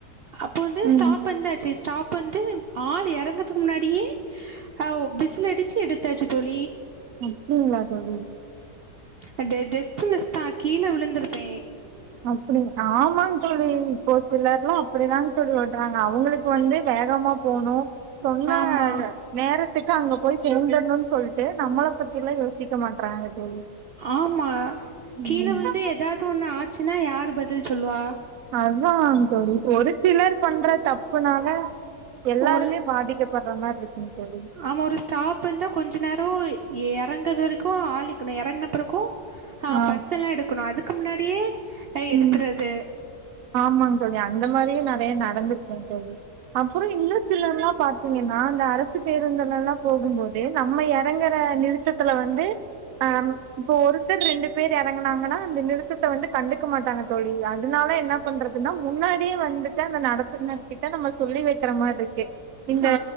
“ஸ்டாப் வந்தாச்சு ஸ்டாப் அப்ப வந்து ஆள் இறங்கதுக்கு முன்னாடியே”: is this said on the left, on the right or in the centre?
Right